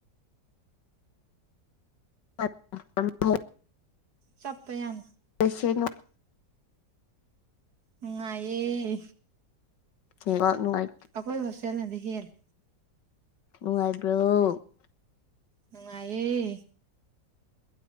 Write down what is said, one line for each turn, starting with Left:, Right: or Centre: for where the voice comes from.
Left: <unintelligible>
Right: ꯆꯞꯄ ꯌꯥꯝ
Left: <unintelligible>
Right: ꯅꯨꯉꯏꯌꯦ
Left: ꯅꯦꯠꯋꯥꯛ ꯅꯨꯡꯉꯥꯏꯇꯦ
Right: ꯑꯈꯣꯏ ꯍꯁꯦꯂꯗꯤꯦꯜꯂꯤ
Left: ꯎꯅꯨꯡꯥꯏꯔꯤꯕ꯭ꯔꯣ
Right: ꯅꯨꯡꯉꯥꯏꯌꯦ